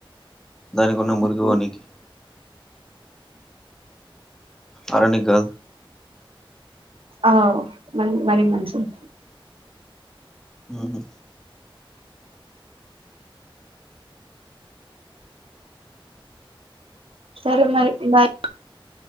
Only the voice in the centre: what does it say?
దానికి
ఉన్న మురికి పోనీకి అరానిక్ గాదు.
ఉహుమ్.